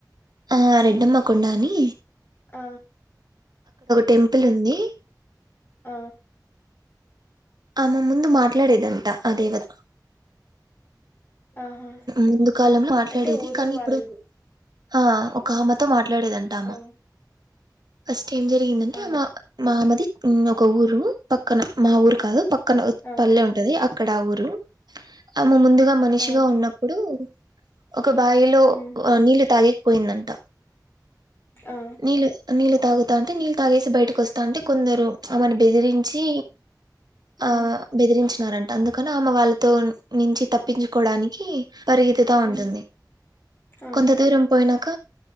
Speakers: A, on the right; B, on the left.
A: ఆ రెడ్డమ్మ కొండాని
B: ఆ
A: టెంపుల్ ఉంది
B: ఆ
A: ఆమ ముందు మాట్లాడేదంట ఆ దేవత
B: ఆహా
A: ముందు కాలంలో మాట్లాడేది
B: అంటే ఊర్లో
A: కానీ
B: వాళ్ళు
A: ఇప్పుడు
B: గు
A: ఆ ఒక అమ తో మాట్ ట్లాడేదంట ఆమ
B: ఆ
A: ఓస్ ఏం జరిగిందంటే
B: ఆ
A: ఆమ మామది ఒక ఊరు పక్కన మా ఊ పక్కన
B: ఆ
A: పల్లె ఉంటది అక్కడ ఊరు ఆమె ముందుగా మనిషిగా
B: ఆ
A: ఉన్నప్పుడు ఒక బాయిలో
B: మ్మ్
A: నీళ్లు తాగి పోయిందంట
B: ఆ
A: నీలు నీలు తాగుతాంటే నీళ్ తాగేసి బయటకు ఓస్ తాంటే కొందరు ఆమని బెదిరిం చి ఆ
B: మ్మ్
A: బెదిరిం న్నారంట అందుకని ఆమె వాళ్ళతో నించి తప్పించుకోడానికి పరిగతితా ఉంటుంది
B: మ్మ్ ఆ
A: కొంత దూరం పోయినాక